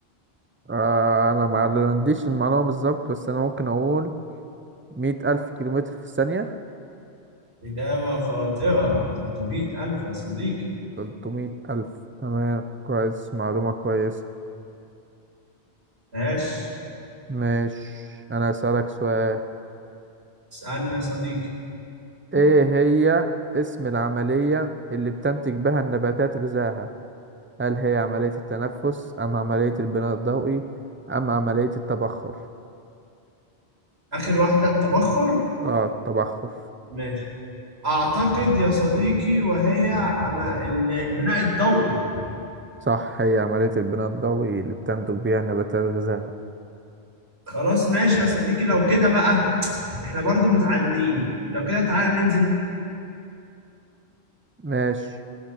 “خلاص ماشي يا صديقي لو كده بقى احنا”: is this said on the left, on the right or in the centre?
Right